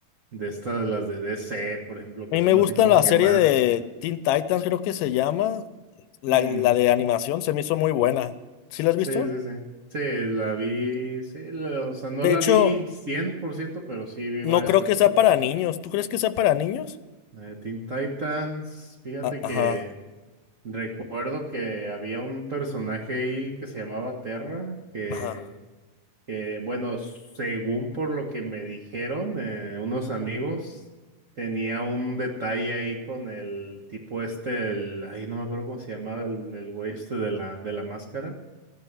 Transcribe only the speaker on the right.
de estas, las de DC, por ejemplo, que
son
así como
que
más,
mm,
sí,
sí, sí. Sí, la vi, sí, la- o sea, no
la
vi 100% pero sí vi
varios
capítulos.
La de Teen Titans, fíjate
que recuerdo que había un personaje ahí que se llamaba Terra, que,
que, bueno, según por lo que me dijeron eh, unos amigos, tenía un detalle ahí con el tipo este, el, ahí no me acuerdo cómo se llamaba el, el güey este de la, de la máscara,